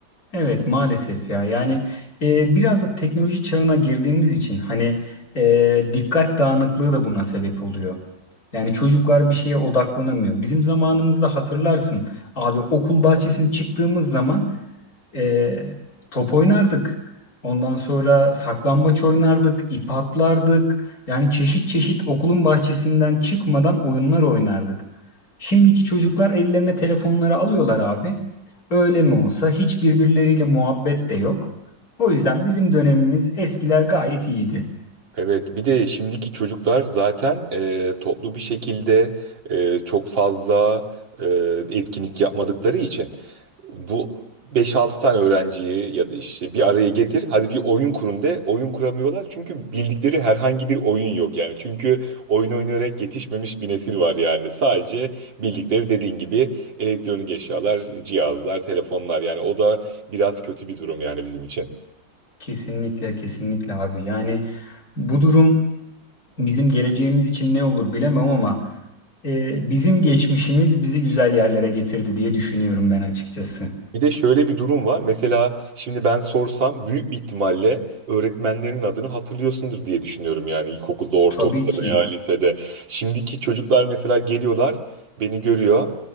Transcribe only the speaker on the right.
Evet, bir de şimdiki çocuklar zaten e, toplu bir şekilde e, çok fazla e, etkinlik yapmadıkları için bu beş altı tane öğrenciyi ya da işte bir araya getir. Hadi bir oyun kurun de. Oyun kuramıyorlar çünkü bildikleri herhangi bir oyun yok yani. Çünkü oyun oynayarak yetişmemiş bir nesil var yani. Sadece bildikleri dediğin gibi elektronik eşyalar, cihazlar, telefonlar yani o da biraz kötü bir durum yani bizim için.
Bir de şöyle bir durum var. Mesela şimdi ben sorsam büyük bir ihtimalle öğretmenlerin adını hatırlıyorsundur diye düşünüyorum. Yani ilkokulda, ortaokulda
veya lisede. Şimdiki çocuklar mesela geliyorlar, beni görüyor.